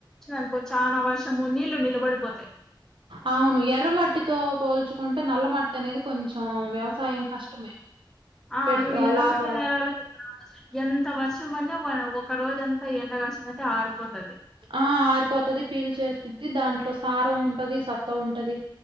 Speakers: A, in the centre; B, on the right.
A: అనుకో చాలా వర్షము నీళ్లు నిలబడిపోతాయి
B: అవును ఎర్ర మట్టితో పోల్చుకుంటే నల్ల మట్టి అనేది కొంచెం వ్యవసాయం కష్టమే
A: ఆ
B: పెట్
A: ఇప్పుడు
B: ఆహ్,
A: ఎర్ర
B: లాభ
A: మట్టి నెలలో ఎంత వర్షం పడిన ఒక రోజుంత ఎండ వచ్చిందంటే ఆరిపోతది
B: ఆ ఆరిపోతుది పీలు చేస్తుది దాంట్లో సారం ఉంటది సత్తా ఉంటది